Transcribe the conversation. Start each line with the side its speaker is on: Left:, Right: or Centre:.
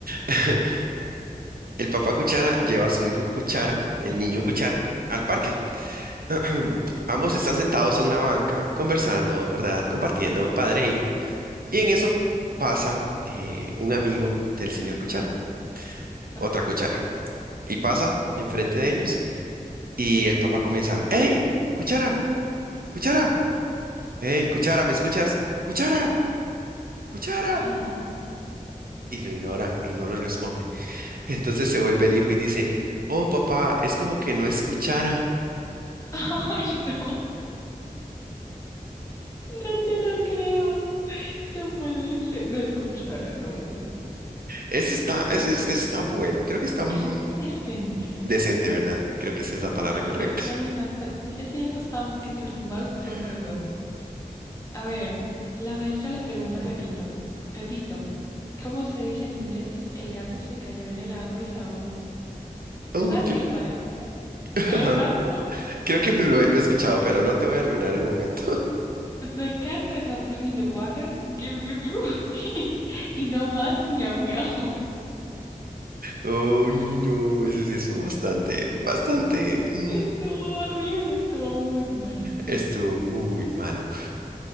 Right: <laughs> El papá Cuchara lleva a su hijo Cuchara, el niño Cuchara, al parque. <clears throat> Ambos están sentados en una banca, conversando, ¿verdad? Compartiendo, padre e hijo. Y en eso pasa eh, un amigo del señor Cuchara, otra
Left: Ok.
Right: Cuchara, y pasa enfrente de ellos. Y el papá comienza, ¡Ey! ¡Cuchara! ¡Cuchara! ¡Ey! ¡Cuchara! ¿Me escuchas? ¡Cuchara! ¡Cuchara!
Left: Y nada.
Right: Y lo ignora y no lo responde. <laughs> Entonces se vuelve el hijo y dice, Oh, papá, es como que no escuchara.
Left: <laughs> Ay, no, no te lo creo. No puede ser. No es cuchara, no.
Right: Ese está,
Left: Ay,
Right: ese, es- ese está bueno. Creo que está mm,
Left: ese está decente.
Right: decente, ¿verdad? Creo que esa es la palabra
Left: Sí,
Right: correcta.
Left: ese ya no está entre, ese ya no está entre los malos que son
Right: <laughs>
Left: buenos, no. A ver, la maestra le pregunta a Pepito. Pepito, ¿cómo se dice en inglés? El gato se cayó en el agua y se ahogó.
Right: Uy,
Left: Fácil,
Right: yo-
Left: maestra.
Right: <laughs>
Left: Te
Right: ajá.
Left: lo sabes, ¿no?
Right: Creo que me- lo he escuchado, pero no te voy a arruinar el momento.
Left: The cat cataplum in the water, glu glu glu. <laughs> Y no más, miau miau.
Right: Uy, no, ese sí estuvo bastante, bastante, mm,
Left: Estuvo horrible, estuvo muy malo.
Right: estuvo muy malo.